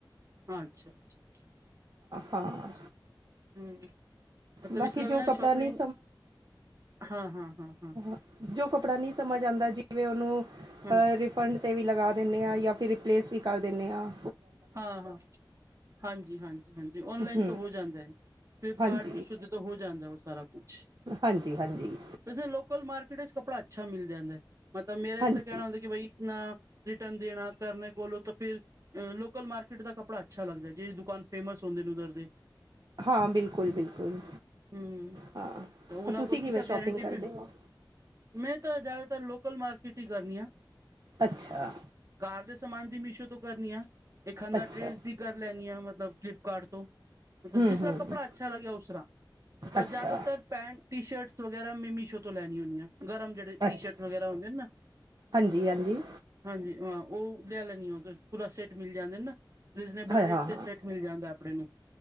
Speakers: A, on the right; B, on the right.
A: ਹੰ ਅੱਛਾ, ਅੱਛਾ, ਛਾ,
B: ਹਾਂ
A: ਛਾ ਹੂੰ। ਮੈਂ ਤਾਂ
B: ਬਾਕੀ
A: ਵਿਸਰਾ
B: ਜੋ
A: ਵੀ ਨਾ
B: ਕੱਪੜਾ
A: ਸ਼ੋਪਿੰਗ,
B: ਨਹੀਂ
A: ਹਾਂ-ਹਾਂ-ਹਾਂ।
B: ਹੰ, ਜੋ ਕੱਪੜਾ ਨੀ ਸਮਝ ਆਂਦਾ ਜਿਵੇਂ ਓਨੂੰ
A: ਹਾਂਜੀ
B: ਅ ਰਿਫੰਡ ਤੇ ਵੀ ਲਗਾ ਦੇਂਨੇਂ ਆਂ ਯਾਂ ਤੇ ਰਿਪਲੇਸ ਵੀ ਕਰ ਦੇਨੇਂ ਆਂ।
A: ਹਾਂ-ਹਾਂ, ਹਾਂਜੀ-ਹਾਂਜੀ-ਹਾਂਜੀ। ਓਨਲਾਈਨ
B: ਹੂੰ
A: ਤੋਂ ਹੋ ਜਾਂਦੇ ਨ। ਫਲਿਪਕਾਰਟ,
B: ਹਾਂਜੀ
A: ਮੀਸ਼ੋ ਤੇ ਹੋ ਜਾਂਦੈ ਓ ਸਾਰਾ ਕੁਛ।
B: ਹਾਂਜੀ, ਹਾਂਜੀ।
A: ਤੇ ਫੇਰ ਲੋਕਲ ਮਾਰਕੀਟ ਏੱਚ ਕੱਪੜਾ ਅੱਛਾ ਮਿਲ ਜਾਂਦੈ। ਮਤਲਬ ਮੇਰਾ
B: ਹਾਂਜੀ
A: ਇਸਤਾਂ ਕੈਣਾ ਹੁੰਦੈ ਕਿ ਬਈ ਇਤਨਾ ਰਿਟਰਨ ਦੇਣਾ, ਕਰਨੈ ਕੋਲੋਂ ਤਾਂ ਫਿਰ ਅ ਲੋ ਕਲ ਮਾਰਕੀਟ ਦਾ ਕੱਪੜਾ ਅੱਛਾ ਲੱਗਦੈ ਜੇ ਦੁਕਾਨ ਫੇਮਸ ਹੁੰਦੇ ਨੇ ਉਧਰ ਦੇ।
B: ਹਾਂ ਬਿਲਕੁਲ-ਬਿਲਕੁਲ।
A: ਹੂੰ
B: ਹਾਂ
A: ਤੇ ਉਹਨਾਂ
B: ਔਰ ਤੁਸੀ
A: ਕੋਲ ਕਿਸਾ
B: ਕਿਵੇਂ ਸ਼ੋਪਿੰਗ
A: ਗਾਰੰਟੀ
B: ਕਰਦੇ
A: ਵੀ
B: ਹੋ?
A: ਮੈਂ ਤੋ ਜ਼ਿਆਦਾਤਰ ਲੋਕਲ ਮਾਰਕੀਟ ਈ ਕਰਨੀ ਆਂ।
B: ਅੱਛਾ।
A: ਘਾਰ ਦੇ ਸਮਾਨ ਦੀ ਮੀਸ਼ੋ ਤੋਂ ਕਰਨੀ ਆ। ਇੱਕ ਹੰਦਾ
B: ਅੱਛਾ
A: ਡ੍ਰਰੇਸ ਦੀ ਕਰ ਲੈਨੀ ਆਂ ਮਤਲਬ ਫਲਿੱਪਕਾਰਟ ਤੋਂ ਮਤਲਬ
B: ਹੂੰ
A: ਜਿਸਰਾਂ
B: ਹੂੰ
A: ਕੱਪੜਾ ਅੱਛਾ ਲਗਿਆ ਉਸ ਤਰਾ ਪਰ
B: ਅੱਛਾ
A: ਜਾਦਾਤਰ ਪੈਂਟ, ਟੀ ਸ਼ਰਟਸ ਵਗੈਰਾ ਮੈਂ ਮੀਸ਼ੋ ਤੋਂ ਲੈਨੀ ਹੁੰਨੀ ਆ, ਗਰਮ ਜ <unintelligible> ਟੀ
B: ਅੱਛਾ
A: ਸ਼ਰਟ ਵਗੈਰਾ ਹੁੰਦੇ ਨਾ
B: ਹਾਂਜੀ ਹਾਂਜੀ
A: ਹਾਂਜੀ ਹਾਂ ਓ ਲਿਆ ਲੈਨੀਂ ਆਂ ਉਦਾ ਪੂਰਾ ਸੇ ਜਾਂਦੇ ਨੇ ਨਾ। ਰੀਜ਼ਨੇਬਲ
B: ਹਾਂ
A: ਰੇਟ
B: ਹਾਂ ਹਾਂ
A: ਤੇ ਸੈਟ ਮਿਲ ਜਾਂਦਾ ਆਪਣੇ ਨੂੰ।